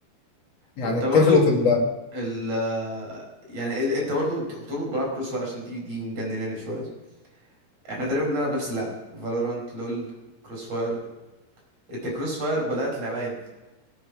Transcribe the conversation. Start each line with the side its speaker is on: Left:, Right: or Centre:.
Left: يعني
Right: وانت
Left: بتفرق
Right: برضو
Left: في ال...
Right: ال يعني إد- انت برضو بت- بتقول بلعب كروس فاير عشان دي دي مجنناني شويه احنا تقريبا بنلعب نفس اللعب فالورانت لول كروس فاير انت كروس فاير بدأت لعبها امتى